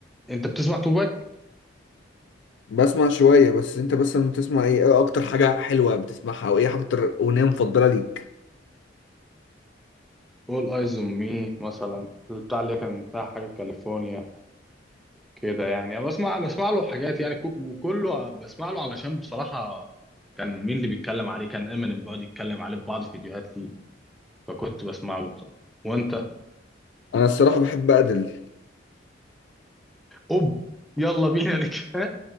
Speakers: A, in the centre; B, on the left.
A: انت بتسمع توباك
B: بسمع شوية بس انت بس لما بتسمع ايه ايه اكتر حاجة حلوة بتسمعها او ايه اكتر اغنية مفضلة ليك
A: اول ايز اون مي مثلا البتاع اللي كان فيها حاجه كاليفورنيا كده يعني انا بسمع بسمع له حاجات يعني كو- وكله بسمع له علشان بصراحه كان مين اللي بيتكلم عليه كان امينيم بيقعد يتكلم عليه في بعض الفيديوهات ليه فكنت بسمع له بصراحه وانت
B: انا الصراحة بحب ادل
A: اوب يلا بينا نك <laughs>